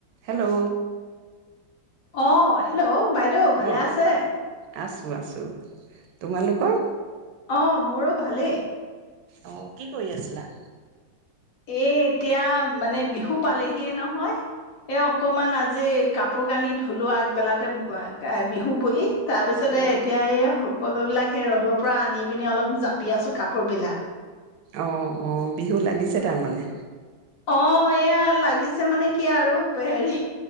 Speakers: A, on the right (about 75°); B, on the left (about 65°).
A: হেল্ল'
B: অ' হেল্ল' বাইদেউ ভালে
A: অ
B: আছে।
A: আছো আছো তোমালোকৰ?
B: অ মোৰো ভালেই।
A: অ কি কৰি আছিলা?
B: এ এতিয়া মানে বিহু পালেহিয়ে নহয় এই অকমান আজি কাপোৰ কানি ধূলো আগবেলাতে তে বিহু বুলি। তাৰ পিছতে
A: অ
B: এতিয়া এই সকলো বিলাক সেই ৰ'দৰ পৰা আনি পিনি অলপ জাপি আছো কাপোৰবিলাক।
A: অ অ বিহু লাগিছে তাৰমানে।
B: অ এয়া লাগিছে মানে কি আৰু হেৰি